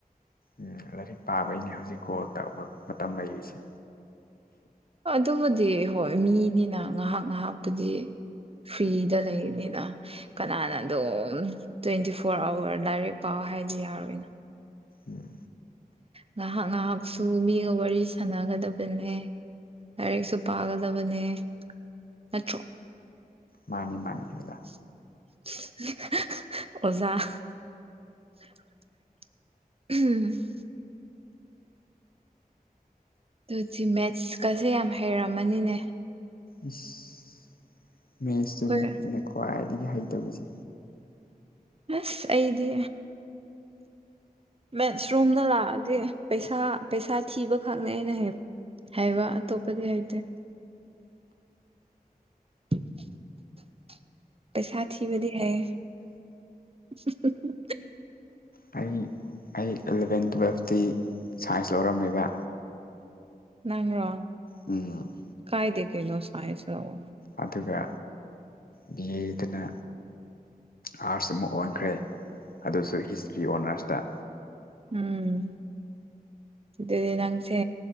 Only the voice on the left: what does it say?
ꯎꯝ ꯂꯥꯏꯔꯤꯛ ꯄꯥꯕꯩꯅꯦ ꯍꯧꯖꯤꯛ ꯀꯣꯜ ꯇꯧꯕ ꯃꯇꯝ ꯂꯩꯔꯤꯁꯦ
ꯎꯝ
ꯃꯥꯟꯅꯤ ꯃꯥꯟꯅꯤ ꯑꯣꯖꯥ
ꯏꯁ ꯃꯦꯁꯇꯨꯅꯤ
ꯑꯩꯅ ꯈ꯭ꯋꯥꯏꯗꯒꯤ ꯍꯩꯇꯕꯖꯦ
ꯑꯩ ꯑꯩ ꯑꯦꯂꯚꯦꯟ ꯇꯨꯋꯦꯜꯐꯇꯤ ꯁꯥꯏꯟꯁ ꯂꯧꯔꯝꯃꯦꯕ
ꯎꯝ
ꯑꯗꯨꯒ ꯕꯤꯌꯦꯗꯅ ꯑꯥꯔꯠꯁ ꯑꯃ ꯑꯣꯟꯈ꯭ꯔꯦ ꯑꯗꯨꯁꯨ ꯍꯤꯁꯇ꯭ꯔꯤ ꯑꯣꯅꯔꯁꯇ